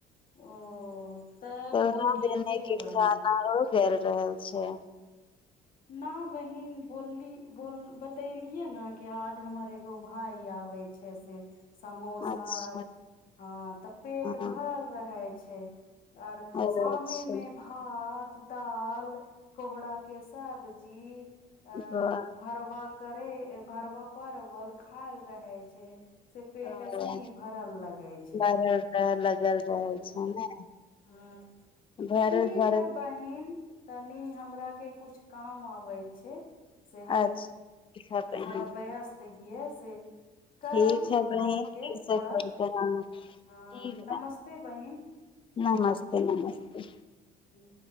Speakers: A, on the left; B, on the left.
A: ओ तब
B: तोरा
A: तो ठीके
B: दूनु के
A: बहिन
B: खाना हो गेल रहल छै
A: न बहिन बोलली बोल बतेलियै न कि आज हमर एगो भाय आबै छै से समोसा
B: अच्छा
A: आर हँ तऽ पेट
B: हँ
A: भरल रहे छै आओर
B: अच्छा
A: शामे मे भात दाल कोहराके स सब्जी अ
B: वाह,
A: भारवाक करे भरबा परवल खायल रहे छै से पेट
B: अ,
A: ऐसे ही भरल लगे छै
B: भरल रह लगल रहल
A: ह
B: छै ने
A: ह
B: भरल
A: ठीक
B: भरल
A: है बहिन तनि हमरा के किछ काम आबै छै से
B: अच्छा
A: हम
B: ठीक है बहिन
A: थोड़ा भैया तहिये से करब
B: ठीक है
A: तोहरा
B: बहिन
A: के
B: फर
A: थोड़ा
B: कल कर ठीक
A: हँ नमस्ते
B: बा
A: बहिन
B: नमस्ते नमस्ते
A: ह्म